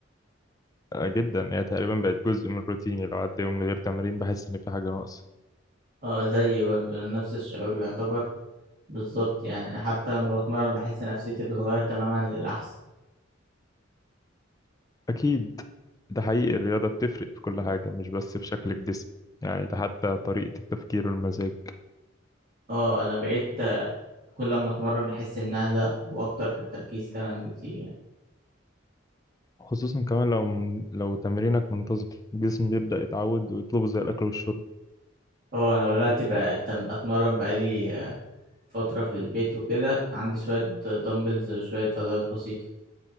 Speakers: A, on the left (about 20°); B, on the right (about 45°).
A: آه جدا هي تقريبا بقت جزء من روتيني لو عدى يوم من غير تمرين بحس ان في حاجة ناقصة
B: اه زيي برضو انا نفس الشعور يعتبر بالظبط يعني أنا حتى لما بتمرن بحس نفسيتي بتتغير تماما للأحسن
A: اكيد ده حقيقي الرياضة بتفرق في كل حاجة مش بس في شكل الجسم يعني ده حتى طريقة التفكير والمزاج
B: اه انا بقيت آه، كل ما اتمرن احس ان اهدى واكتر التركيز كمان بكتير يعني
A: خصوصا كمان لو من... لو تمرينك منتظم الجسم بيبدأ يتعود ويطلبه زي الأكل والشرب
B: اه انا بدأت بقى أتم- اتمرن بقالي آه، فترة في البيت وكده عندي شوية دمبلز وشوية عضلات بسيطة